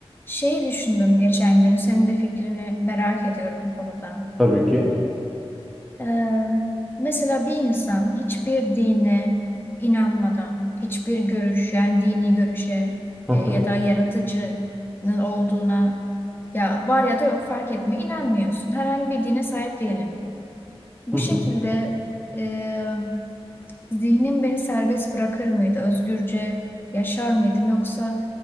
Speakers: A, on the left; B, in the centre.
A: Şey düşündüm geçen gün, senin de fikrini merak ediyorum bu konuda.
B: Tabii ki.
A: Ee, mesela bir insan hiçbir dine inanmadan, hiçbir görüş, yani dini görüşe
B: Hı
A: e,
B: hı.
A: ya da yaratıcının olduğuna ya var ya da yok fark etmiyor, inanmıyorsun. Herhangi bir dine sahip değilim. Bu
B: Hı hı.
A: şekilde e, zihnim beni serbest bırakır mıydı? Özgürce yaşar mıydım? Yoksa